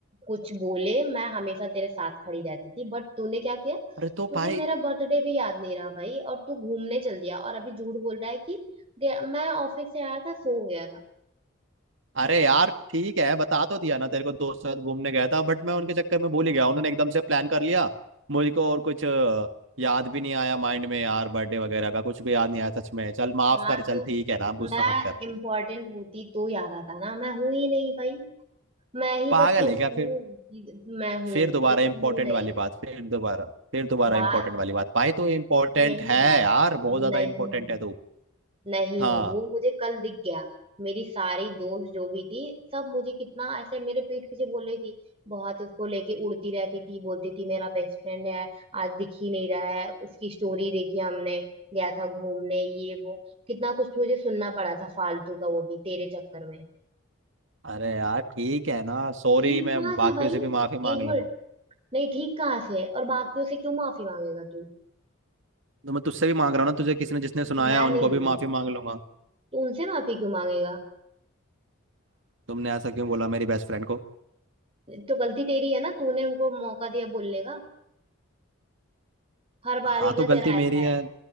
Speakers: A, on the right; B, on the right.
A: कुछ बोले मैं हमेशा तेरे साथ खड़ी रहती थी बट तूने क्या किया
B: अरे तो
A: तुझे
B: भाई
A: मेरा बर्थडे भी याद नहीं रहा भाई और तू घूमने चल दिया और अभी झूठ बोल रहा है कि गया- मैं ऑफिस से आया था सो गया था
B: अरे यार ठीक है बता तो दिया ना तेरे को दोस्त के साथ घूमने गया था बट मैं उनके चक्कर में भूल ही गया उन्होंने एकदम से प्लान कर लिया मुझको और कुछ अ, याद भी नहीं आया माइंड में यार बर्थडे वगैरह का कुछ भी याद नहीं आया सच में चल माफ
A: हाँ
B: कर चल
A: तो
B: ठीक है ना आप
A: मैं
B: गुस्सा मत कर
A: इम्पोर्टेंट होती तो याद आता ना मैं हूं ही नहीं भाई मैं ही
B: पागल
A: बस सोचती
B: है क्या फिर
A: हूँ कि मैं हूँ
B: फिर दोबारा
A: लेकिन
B: इंपॉर्टेंट
A: हूँ नहीं
B: वाली बात फिर दोबारा फिर दोबारा
A: बात
B: इंपॉर्टेंट वाली बात भाई तो इंपॉर्टेंट
A: यही
B: है
A: बात
B: यार बहुत
A: नहीं
B: ज्यादा इंपॉर्टेंट
A: हूँ
B: है तू
A: नहीं
B: हाँ
A: हूँ वो मुझे कल दिख गया मेरी सारी दोस्त जो भी थी सब मुझे कितना ऐसे मेरे पीठ पीछे बोल रही थी बहुत उसको लेके उड़ती रहती थी बोलती थी मेरा बेस्ट फ्रेंड है आज दिख ही नहीं रहा है उसकी स्टोरी देखी हमने गया था घूमने ये वो कितना कुछ मुझे सुनना पड़ा था फालतू का वो भी तेरे चक्कर में
B: अरे यार ठीक है ना सॉरी
A: ठीक
B: मैं
A: कहा
B: बाकियों
A: था भाई
B: से भी माफी मांग
A: एक
B: लूंगा
A: मिनट नहीं ठीक कहाँ से है और बाकियों से क्यों माफी मांगेगा तू
B: तो मैं तुझसे भी मांग रहा हूँ ना तुझे किसी ने जिसने सुनाया
A: मैं
B: उनको
A: नहीं दूंगी
B: भी माफी मांग लूंगा
A: तू उनसे माफी क्यों मांगेगा
B: तुमने ऐसा क्यों बोला मेरी बेस्ट फ्रेंड को
A: तो गलती तेरी है ना तूने उनको मौका दिया बोलने का हर बारी
B: हाँ तो
A: का
B: गलती
A: तेरा ऐसा
B: मेरी
A: है
B: है